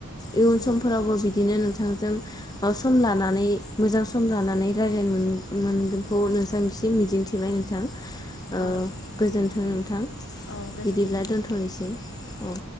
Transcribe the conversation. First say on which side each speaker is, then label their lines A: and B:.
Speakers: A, on the left (about 15°); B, on the left (about 60°).
A: इयुन
B: औ
A: समफोरावबो बि बिदिनो नोंथांजों सम लानानै मोजां सम लानानै रायज्लायनो मोनगोनखौ नोंथां बिसे मिजिंथिबाय नोंथां। ओ
B: औ।
A: गोजोन्थों नोंथां।
B: औ गोजोन्थों
A: बिदिब्ला दोन्थ'नोसै औ।